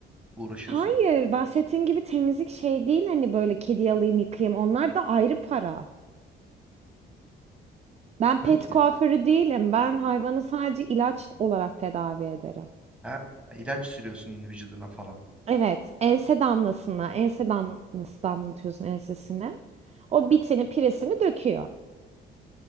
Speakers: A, in the centre; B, on the right.
A: Uğraşıyorsun.
B: Hayır, bahsettiğin gibi temizlik şey değil hani böyle kedi alayım yıkayayım onlar da ayrı para. Ben
A: Diyorsun
B: pet
A: ki
B: kuaförü değilim. Ben hayvanı sadece ilaç olarak tedavi ederim.
A: Ha, ilaç sürüyorsun vücuduna falan.
B: Evet, ense damlasına, ense damlası damlatıyorsun ensesine. O bitini, piresini döküyor.